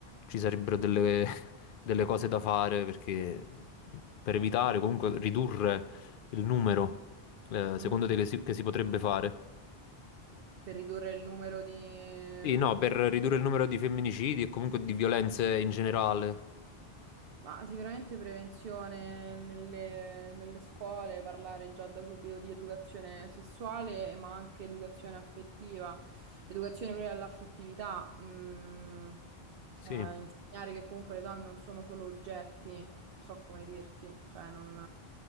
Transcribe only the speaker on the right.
Mhm.
Per ridurre il numero di...
Ma sicuramente prevenzione nelle, nelle scuole, parlare già da subito di educazione sessuale, ma anche educazione affettiva, educazione proprio all'affettività, mm,
eh, insegnare che comunque le donne non sono solo oggetti, non so come dirti, cioè non...